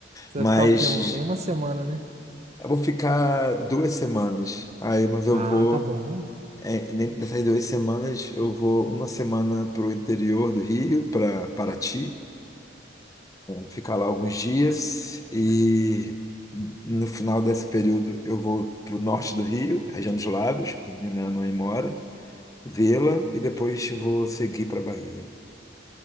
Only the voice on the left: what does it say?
Mas
eu vou ficar duas semanas. Aí, mas eu
vou,
é, dentro dessas duas semanas, eu vou uma semana para o interior do Rio, para Paraty. ficar lá alguns dias e no final desse período eu vou para o norte do Rio, região dos Lagos, onde minha mãe mora, vê-la e depois vou seguir para a Bahia.